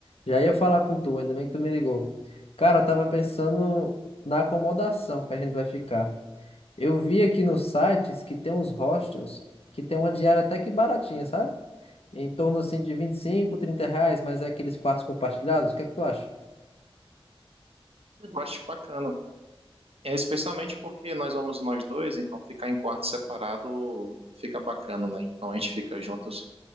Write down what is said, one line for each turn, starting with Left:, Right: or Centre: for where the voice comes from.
Left: já ia falar com tu, ainda bem que tu me ligou. Cara, eu tava pensando na acomodação que a gente vai ficar. Eu vi aqui nos sites que tem uns hostels que tem uma diária até que baratinha, sabe? Em torno, assim, de 25, 30 reais, mas é aqueles quartos compartilhados. O que é que tu acha?
Right: Eu acho bacana. É, especialmente porque nós vamos nós dois, então ficar em quarto separado fica bacana, né? Então a gente fica juntos